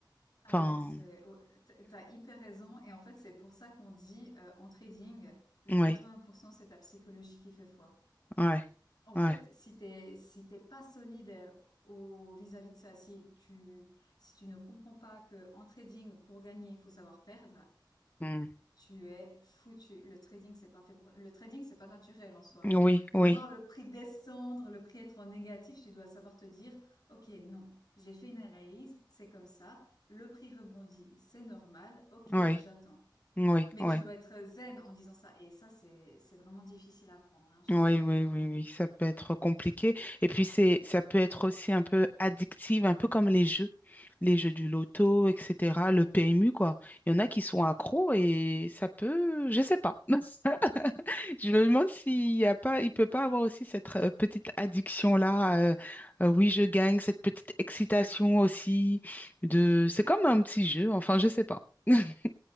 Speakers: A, on the left; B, on the left.
A: Alors,
B: Enfin,
A: c'est, ouais, t- t'as hyper raison. Et en fait, c'est pour ça qu'on dit euh, en trading, le
B: oui,
A: 80%, c'est ta psychologie qui fait foi.
B: ouais,
A: En
B: ouais.
A: fait, si t'es, si t'es pas solide euh, au, vis-à-vis de ça, si tu, si tu ne comprends pas que en trading, pour gagner, il faut savoir perdre,
B: ouais.
A: tu es foutu. Le trading, c'est pas fait pour- Le trading, c'est pas naturel en soi.
B: Mm. Oui,
A: Donc,
B: oui,
A: voir le prix descendre, le prix être en négatif, tu dois savoir te dire, OK, non, j'ai fait une analyse, c'est comme ça, le prix rebondit, c'est normal, OK,
B: oui,
A: j'attends.
B: oui,
A: Mais
B: oui.
A: tu dois être zen en disant ça. Et ça, c'est, c'est vraiment difficile à apprendre, hein. Je
B: Oui,
A: t'avoue que...
B: oui,
A: Ouais.
B: oui, oui, ça peut être compliqué. Et puis c'est, ça peut être aussi un peu addictive, un peu comme les jeux, les jeux du loto, etc. Le PMU, quoi. Il y en a qui sont accros et ça peut, je sais pas. <laughs> Je me demande s'il y a pas, il peut pas avoir aussi cette euh, petite addiction-là. euh, euh, oui, je gagne, cette petite excitation aussi de, c'est comme un petit jeu. Enfin, je sais pas. <laughs>